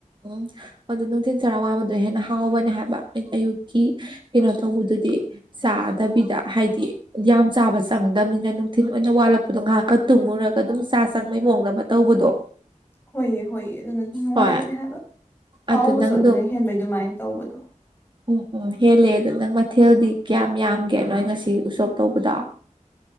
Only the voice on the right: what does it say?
ꯎꯝ ꯑꯗꯨ ꯅꯨꯡꯊꯤꯟ ꯆꯔꯥ ꯋꯥꯡꯕꯗꯣ ꯍꯦꯟꯅ ꯍꯥꯎꯕꯅꯦ ꯍꯥꯏꯕ ꯑꯩꯅ ꯑꯌꯨꯛꯀꯤ ꯀꯩꯅꯣ ꯇꯧꯕꯗꯨꯗꯤ ꯆꯥꯗꯕꯤꯗ ꯍꯥꯏꯗꯤ ꯌꯥꯝ ꯆꯥꯕ ꯆꯪꯗꯝꯅꯤꯅ ꯅꯨꯡꯊꯤꯜ ꯑꯣꯏꯅ ꯋꯥꯠꯂꯛꯄꯗꯣ ꯉꯥꯏꯍꯥꯛꯀ ꯇꯨꯝꯃꯨꯔꯒ ꯑꯗꯨꯝ ꯆꯥ ꯆꯪꯕꯩ ꯃꯑꯣꯡꯗ ꯑꯃ ꯇꯧꯕꯗꯣ
ꯍꯣꯏ
ꯑꯗꯨ ꯅꯪꯗꯣ
ꯎꯝ ꯎꯝ ꯍꯦꯜꯂꯦ ꯑꯗꯣ ꯅꯪ ꯃꯊꯦꯜꯗꯤ ꯀꯌꯥꯝ ꯌꯥꯝꯒꯦ ꯅꯣꯏ ꯉꯁꯤ ꯎꯁꯣꯞ ꯇꯧꯕꯗꯣ